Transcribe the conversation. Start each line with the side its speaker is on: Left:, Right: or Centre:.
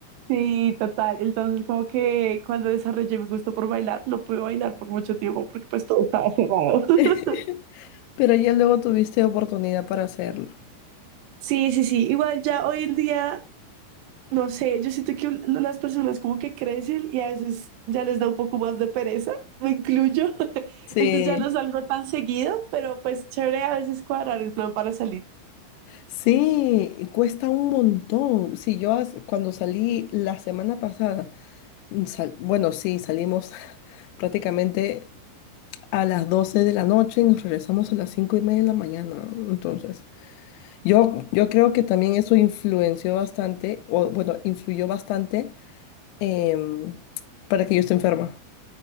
Right: Sí, total. Entonces, como que cuando desarrollé mi gusto por bailar, no pude bailar por mucho tiempo porque pues todo estaba cerrado. <laughs>
Left: <laughs> Pero ya luego tuviste oportunidad para hacerlo.
Right: Sí, sí, sí. Igual ya hoy en día No sé, yo siento que l- las personas como que crecen y a veces ya les da un poco más de pereza, me incluyo. <laughs>
Left: Sí,
Right: Entonces ya no salgo tan seguido, pero pues chévere a veces cuadrar el plan para salir.
Left: sí, cuesta un montón. Sí, yo as- cuando salí la semana pasada, mm, sal- bueno, sí, salimos <laughs> prácticamente a las 12 de la noche y nos regresamos a las 5 y media de la mañana. Entonces, yo, yo creo que también eso influenció bastante, o bueno, influyó bastante em, para que yo esté enferma.